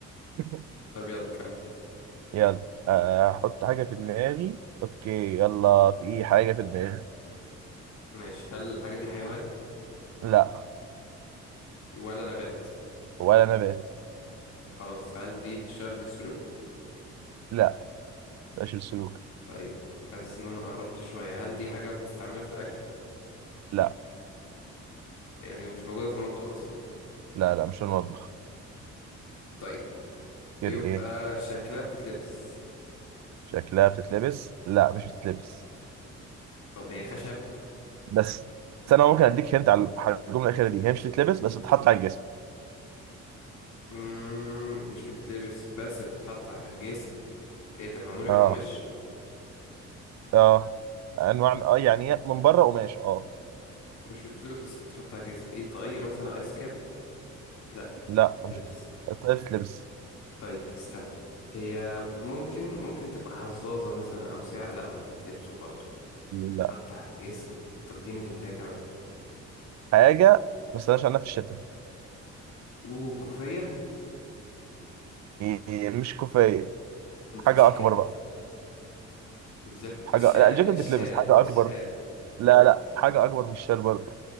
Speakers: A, on the right; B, on the left.
A: <laughs>
B: طب يلا كمل
A: يلا آه، احط حاجة في دماغي اوكي يلا في ايه حاجة في دماغي
B: ماشي هل الحاجة دي حيوان
A: لا
B: ولا نبات
A: ولا نبات
B: خلاص هل دي بتشتغل بالسلوك
A: لا مش السلوك
B: طيب حاسس ان انا قربت شوية هل دي حاجة بتستعملها في الاكل
A: لا
B: يعني مش موجودة في المطبخ اصلا
A: لا لا مش المطبخ
B: طيب
A: غير
B: يبقى
A: ايه
B: شكلها بتتلبس
A: شكلها بتتلبس لا مش بتتلبس
B: طب هي خشب
A: بس بس انا ممكن اديك هنت على على الجمله الاخيره دي هي مش بتتلبس بس بتتحط على الجسم
B: مم، مش بتتلبس بس بتتحط على الجسم ايه ده معمولة
A: اه
B: من قماش
A: اه انواع اه يعني هي من بره قماش اه
B: مش بتتلبس بس بتتحط على الجسم ايه طاقية مثلا ايس كاب لا
A: لا مش
B: لبس
A: طيب بتتلبس
B: طيب استنى هي ممكن ممكن تبقى حظاظة مثلا او ساعة لا ما بيتلبسوا برضو
A: لا
B: بتتحط على الجسم طب اديني هنتايه كمان
A: حاجه ما استناش عنها في الشتاء
B: اوه كوفية
A: هي مش كوفيه
B: جاكيت
A: حاجه اكبر بقى
B: الجاكيت
A: حاجه
B: الشال
A: لا الجاكيت
B: الشال
A: بتلبس حاجه
B: الشال
A: اكبر لا لا حاجه اكبر من الشال برضه